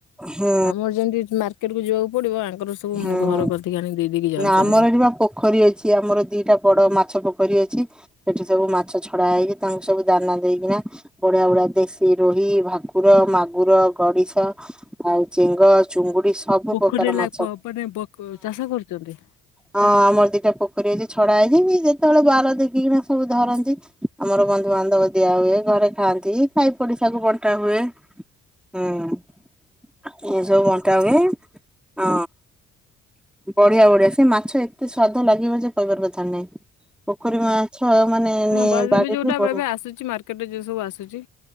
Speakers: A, in the centre; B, on the left.
A: ହୁଁ
B: ଆମର ଯେମିତି ମାର୍କେଟ କୁ ଯିବାକୁ ପଡିବ ଆଙ୍କର। ସବୁ
A: ହୁଁ।
B: ଉଁ ଘର କତିକି ଆଣି ଦେଇ ଦେଇକି ଯାଉଛନ୍ତି।
A: ନା ଆମର ଏଠି ବା ପୋଖରୀ ଅଛି ଆମର ଦିଟା ବଡ ମାଛ ପୋଖରୀ ଅଛି। ସେଠି ସବୁ ମାଛ ଛଡା ହେଇକି ତାଙ୍କୁ ସବୁ ଦାନା ଦେଇକିନା। ବଢିଆ ବଢ଼ିଆ ଦେଶୀ, ରୋହି, ଭାକୁର, ମାଗୁର, ଗଡିଶ। ଆଉ ଚେଙ୍ଗ, ଚୁଙ୍ଗୁଡି, ସବୁ
B: ପୋଖରୀରେ
A: ପ୍ରକାର
B: ଲା
A: ମା
B: ପ ମାନେ ବ କ ଚାଷ କରୁଛନ୍ତି।
A: ହଁ ଆମର ଦିଟା ପୋଖରୀ ଅଛି ଛଡା ହେଇଛି ଯେତେବେଳେ ବାର ଦେଖିକିନା ସବୁ ଧରନ୍ତି। ଆମର ବନ୍ଧୁବାନ୍ଧବ ଦିଆ ହୁଏ ଘରେ ଖାଆନ୍ତି ସାଇ ପଡିଶାଙ୍କୁ ବଣ୍ଟା ହୁଏ।। ହୁଁ ଏଇସବୁ ବଣ୍ଟା ହୁଏ। ହଁ ବଢିଆ ବଢିଆ ସେ ମାଛ ଏତେ ସ୍ଵାଦ ଲାଗିବ ଯେ କହିବାର କଥାରେ ନାହିଁ। ପୋଖରୀ ମାଛ ମାନେ ନି
B: ହଁ ବା
A: ବାଡ଼ିଠୁ
B: ଏବେ ଯୋଉଟା
A: ବଢ
B: ଏବେ ଆସୁଛି ମାର୍କେଟରେ ଯୋଉ ସବୁ ଆସୁଛି।